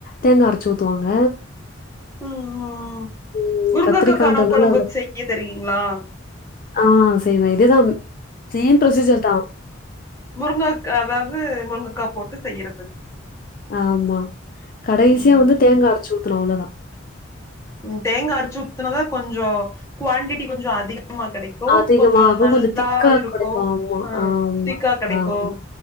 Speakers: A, on the left; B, on the left.
A: தேங்கா அரைச்சு ஊத்துவாங்க
B: ம் ம்
A: ம்
B: முருங்கக்கா
A: கத்திரிக்கான்றதுனால
B: கார கொழம்பு
A: அதுல
B: செய்ய தெரியுவீங்ளா
A: ஆ செய்வே இதுதா சேம் ஃப்ரோசீஜர் தா
B: முருங்கக் அதாவது முருங்கக்கா போட்டு செய்யறது
A: ஆமா கடைசியா
B: ம்
A: வந்து தேங்கா அரைச்சு ஊத்தணு அவ்ளதா
B: ம் தேங்கா அரச்சி ஊத்தினாதா கொஞ்ச குவாடிட்டி கொஞ்ச அதிகமா கெடைக் கொ
A: அதிகமாகு
B: கொஞ்ச நல்லா
A: கொஞ்சோ திக்கா
B: இருக்கு
A: கெடைக்கு ஆமா
B: அ
A: ஆமா
B: திக்கா கிடைக்கு
A: ஆமா